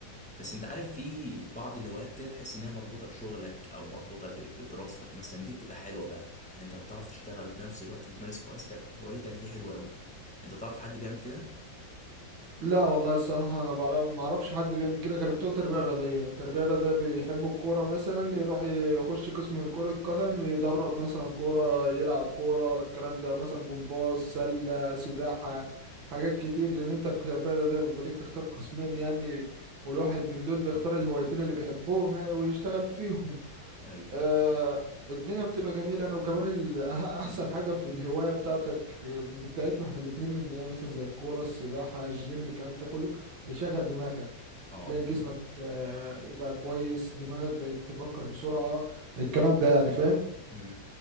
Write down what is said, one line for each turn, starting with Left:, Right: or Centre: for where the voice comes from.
Centre: بس انت عارف في بعض الهوايات كده تحس انها مربوطه بشغلك او مربوطه ب- بدراستك مثلا دي بتبقى حلوه بقى يعني انت لو تعرف تشتغل وفي نفس الوقت بتمارس هواستك- هوايتك دي حلوه قوي انت تعرف حد بيعمل كده
Right: لا والله الصراحة أنا بعرف ما أعرفش حد بيعمل كده غير بتوع التربية الرياضية، التربية الرياضية بيحبوا الكورة مثلا يروح يخش قسم كرة قدم يدرب مثلا كورة يلعب كورة الكلام ده أو مثلا جمباز سلة سباحة حاجات كتير لأن أنت في التربية الرياضية بيبقى ليك تختار قسمين يعني والواحد من دول بيختار الهوايتين اللي بيحبهم يعني ويشتغل فيهم
Centre: ايوه
Right: آه، الدنيا بتبقى جميلة انا وكمان ال- أح- احسن حاجة في الهواية بتاعتك بتاعتنا احنا الاتنين ان هي مثلا زي الكورة السباحة الجيم الكلام ده كله بيشغل دماغك
Centre: اه
Right: بتلاقي جسمك آه، يبقى كويس دماغك بقت تفكر بسرعة الكلام ده يعني فاهم
Centre: امم